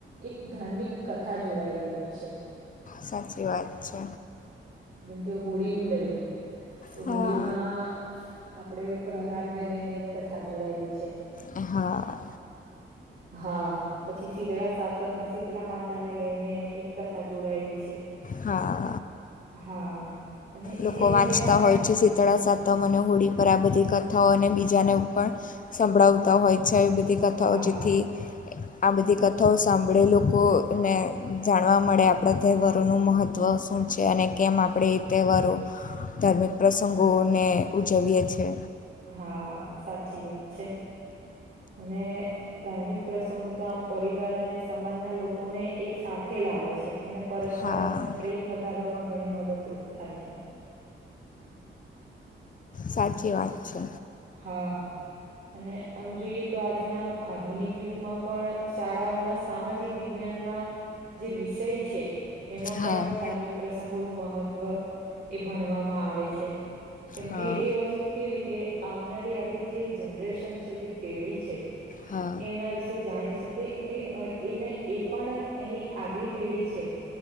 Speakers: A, on the right; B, on the left.
A: એક ધાર્મિક કથા જોડાયેલી હોય છે
B: સાચી વાત છે
A: કે હોળીનુંું લઈ લો તો
B: હા
A: હોળીમાં આપડે પ્રહલાદ ને લઈને એક કથા જોડાયેલી છે
B: હા
A: હ હા પછી શીતળા સાતકમાં શીતળા માતા ને લઈને એક કથા જોડાયેલી છે
B: હા
A: હા અને એ
B: લોકો
A: દિવસે
B: વાંચતા
A: આમ
B: હોય છે શીતળા સાતમ અને હોળ પર આ બધી કથાઓ અને બીજી જેને પણ સંભળાવતા હોય છે એ બધી કથાઓ
A: હા
B: જેથી આ બધી કથાઓ સાંભળી લોકોને જાણવા મળે આપણા તહેવારોનું મહત્ત્વ શું છે અને કેમ આપડે તહેવા ધાર્મિક પ્રસંગોને ઉજવીએ છે
A: હા સાચી વાત છે અને ધાર્મિક પ્રસંગો તો આમ પરિવાર અને સમાજના લોકોને એક સાથે સાથેથે લાવે છે અને પરસ્પર
B: હા
A: આમ પ્રેમ વધારવામાં ઘણી મદદરૂપ થાય છે છે
B: સાચી વાત છે
A: હા અને આમ જોઈએ તો આજના આધુનિક યુગમાં પણ શાળાઓના સામાજિક વિજ્ઞ જે વિષય છે એમાં
B: હા
A: પણ આમ ધાર્મિક પ્રસંગોનું મહત્વ એ ભણવામાં આવે છે કેમ
B: હા
A: કે એ વસ્તુ કેવી કે આવનારી આપડી જે જનરેશન છે જે પેઢી છે
B: હા
A: એ એના વિશે જાણી શકે એ એને એ પણ એની આગલી પેઢી છે